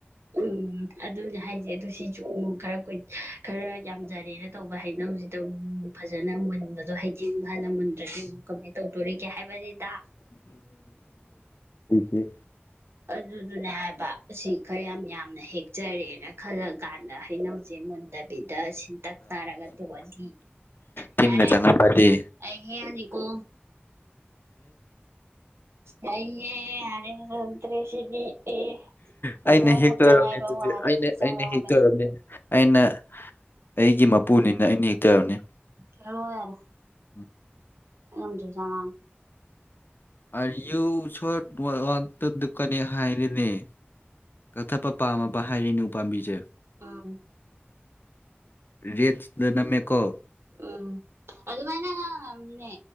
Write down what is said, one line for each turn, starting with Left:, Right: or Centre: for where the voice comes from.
Right: ꯎꯝ ꯑꯗꯨꯅꯦ ꯍꯥꯏꯖꯦ ꯑꯗꯨ ꯁꯤꯖꯨ ꯈꯔ ꯀꯨꯏ ꯈꯔ ꯌꯥꯝꯖꯔꯦꯅ ꯇꯧꯕ ꯍꯩꯅꯧ ꯖꯤꯗꯧ ꯐꯖꯅ ꯃꯟꯕꯗꯣ ꯍꯩꯖꯤꯡ ꯍꯥꯅ ꯃꯨꯟꯗ꯭ꯔꯗꯤ ꯀꯃꯥꯏ ꯇꯧꯗꯣꯔꯤꯒꯦ ꯍꯥꯏꯕꯅꯤꯗ
Left: <unintelligible>
Right: ꯑꯗꯨꯗꯨꯅꯦ ꯍꯥꯏꯕ ꯑꯁꯤ ꯈꯔ ꯌꯥꯝ ꯌꯥꯝ ꯌꯥꯝꯅ ꯍꯦꯛꯆꯔꯦꯅ ꯈꯜꯂ ꯀꯥꯟꯗ ꯍꯩꯅꯧꯖꯦ ꯃꯨꯟꯗꯕꯤꯗ ꯁꯤꯟꯇꯛ ꯇꯥꯔꯒ ꯇꯣꯛꯑꯗꯤ
Left: ꯇꯤꯟꯒ
Right: ꯌꯥꯔꯦ
Left: ꯆꯪꯉꯝꯃꯗꯤ
Right: ꯑꯩ ꯍꯦꯛꯑ ꯅꯤꯀꯣ ꯌꯥꯢꯅꯦ ꯌꯥꯔꯦ ꯐꯠꯇ꯭ꯔꯦ ꯁꯤꯗꯤ ꯑꯦ ꯍꯩꯅꯧ
Left: ꯑꯩꯅ ꯍꯦꯛꯇꯣꯏꯔꯝꯅꯤ
Right: ꯃꯨꯟꯕ ꯉꯥꯏꯕ
Left: ꯑꯗꯨꯗꯤ
Right: ꯋꯥꯔꯦ
Left: ꯑꯩꯅ
Right: ꯆꯥꯛ
Left: ꯑꯩꯅ
Right: ꯂꯥꯃꯦ
Left: ꯍꯦꯛꯇꯣꯏꯔꯝꯅꯤ ꯑꯩꯅ ꯑꯩꯒꯤ ꯃꯄꯨꯅꯤꯅ ꯑꯩꯅ ꯍꯦꯛꯇꯕꯅꯤ
Right: ꯍꯦꯛꯂꯣ ꯌꯥꯔꯦ
Left: <unintelligible>
Right: ꯑꯩ ꯎꯗ꯭ꯔ ꯖꯠꯂ
Left: ꯑꯥꯔꯌꯨ ꯁꯣꯠ ꯋꯥꯟꯇꯗꯨꯀꯅꯤ ꯍꯥꯏꯔꯦꯅꯦ ꯀꯛꯊꯠꯄ ꯄꯥꯝꯃꯕ ꯍꯥꯏꯔꯦꯅꯦ ꯎ ꯄꯥꯝꯕꯤꯖꯦ
Right: ꯑꯥ
Left: ꯔꯦꯠ ꯗ ꯅꯃꯦꯀꯣ
Right: ꯎꯝ ꯑꯗꯨ ꯃꯥꯏꯅ ꯉꯥꯝꯅꯤꯅꯦ